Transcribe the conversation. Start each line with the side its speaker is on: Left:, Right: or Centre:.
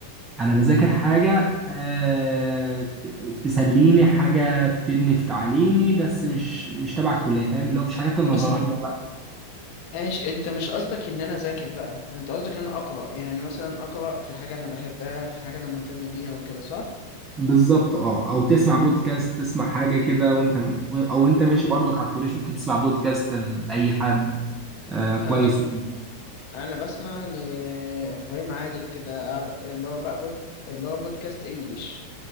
Right: أنا بذاكر حاجة آه ت- تسليني حاجة تفيدني في تعليمي بس مش مش تبع الكلية فاهم اللي هو مش حاجات النظرية
Left: بس انت
Right: بقى
Left: ايش انت مش قصدك ان انا اذاكر بقى انت قصدك ان انا اقرا يعني مثلا اقرا في حاجه انا بحبها في حاجه انا مهتم بيها وكده صح
Right: بالظبط أه أو تسمع بودكاست تسمع حاجة كده وأنت أو أنت ماشي برضك على الكورنيش ممكن تسمع بودكاست لأي حد آه كويس
Left: انا
Right: وكده
Left: انا بسمع لابراهيم عادل كده أب- اللي هو بقى بود... اللي هو بودكاست انجليش